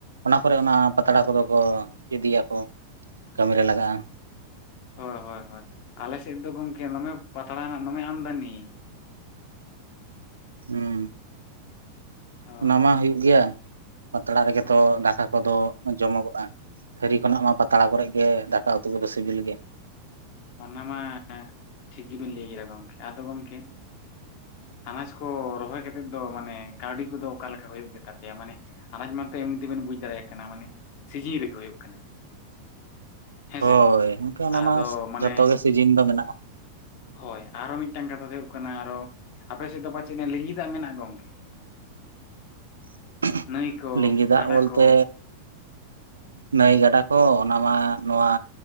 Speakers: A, on the right; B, on the left.
A: ᱚᱱᱟ ᱠᱚᱨᱮ ᱚᱱᱟ ᱯᱟᱛᱲᱟ ᱠᱚᱫᱚ ᱠᱚ ᱤᱫᱤᱭᱟ ᱠᱚ ᱠᱟᱹᱢᱤ ᱨᱮ ᱞᱟᱜᱟᱜ-ᱟ
B: ᱦᱳᱭ ᱦᱳᱭ ᱦᱳᱭ ᱟᱞᱮ ᱥᱮᱫ ᱫᱚ ᱜᱚᱝᱠᱮ ᱫᱚᱢᱮ ᱯᱟᱛᱲᱟ ᱨᱮᱱᱟᱜ ᱫᱚᱢᱮ ᱟᱢᱫᱟᱱᱤ
A: ᱦᱩᱸ
B: ᱦᱳᱭ
A: ᱚᱱᱟ ᱢᱟ ᱦᱩᱭᱩᱜ ᱜᱮᱭᱟ ᱯᱟᱛᱲᱟ ᱨᱮᱜᱮ
B: ᱦᱳᱭ
A: ᱛᱚ
B: ᱦᱳᱭ
A: ᱫᱟᱠᱟ
B: ᱦᱳᱭ
A: ᱠᱚᱫᱚ ᱡᱚᱢᱚᱜᱚᱜ-ᱟ ᱛᱷᱟᱹᱨᱤ ᱠᱷᱚᱱᱟᱜ ᱢᱟ ᱯᱟᱛᱲᱟ ᱠᱚᱨᱮ ᱜᱮ ᱫᱟᱠᱟ ᱩᱛᱩ ᱛᱚᱵᱮ ᱠᱚ ᱥᱤᱵᱤᱞ ᱜᱮᱭᱟ
B: ᱚᱱᱟ ᱢᱟ ᱴᱷᱤᱠ ᱜᱮᱵᱤᱱ ᱞᱟᱹᱭ ᱠᱮᱫᱟ ᱜᱚᱝᱠᱮ ᱟᱫᱚ ᱜᱚᱝᱠᱮ ᱟᱱᱟᱡ ᱠᱚ ᱨᱚᱦᱚᱭ ᱠᱟᱛᱮᱫ ᱫᱚ ᱢᱟᱱᱮ ᱠᱟᱹᱣᱰᱤ ᱠᱚᱫᱚ ᱚᱠᱟ ᱞᱮᱠᱟ ᱦᱩᱭᱩᱜ ᱜᱮᱛᱟ ᱯᱮᱭᱟ ᱢᱟᱱᱮ ᱟᱱᱟᱡ ᱢᱟᱛᱚ ᱮᱢᱱᱤ ᱛᱮᱵᱮᱱ ᱵᱩᱡᱽ ᱫᱟᱲᱮᱭᱟᱜ ᱠᱟᱱᱟ ᱢᱟᱱᱮ ᱥᱤᱡᱤᱱ ᱨᱮᱜᱮ ᱦᱩᱭᱩᱜ ᱠᱟᱱᱟ ᱦᱮᱸᱥᱮ
A: ᱦᱳᱭ ᱤᱱᱠᱟᱹ ᱚᱱᱟ
B: ᱟᱫᱚ
A: ᱢᱟ
B: ᱢᱟᱱᱮ
A: ᱡᱚᱛᱚ ᱜᱮ ᱥᱤᱡᱤᱱ ᱫᱚ ᱢᱮᱱᱟᱜ-ᱟ
B: ᱦᱳᱭ ᱟᱨᱚ ᱢᱤᱫ ᱴᱟᱝ ᱠᱟᱛᱷᱟ ᱫᱚ ᱦᱩᱭᱩᱜ ᱠᱟᱱᱟ ᱟᱨᱚ ᱟᱯᱮ ᱥᱮᱫ ᱫᱚ ᱯᱟᱪᱮᱫ ᱞᱤᱸᱜᱤ ᱫᱟᱜ ᱢᱮᱱᱟᱜ-ᱟ ᱜᱚᱝᱠᱮ
A: <inaudible>
B: ᱱᱟᱹᱭ ᱠᱚ
A: ᱞᱤᱸᱜᱤ ᱫᱟᱜ
B: ᱜᱟᱰᱟ
A: ᱵᱚᱞᱛᱮ
B: ᱠᱚ
A: ᱱᱟᱹᱭ ᱜᱟᱰᱟ ᱠᱚ ᱚᱱᱟ ᱢᱟ ᱱᱚᱣᱟ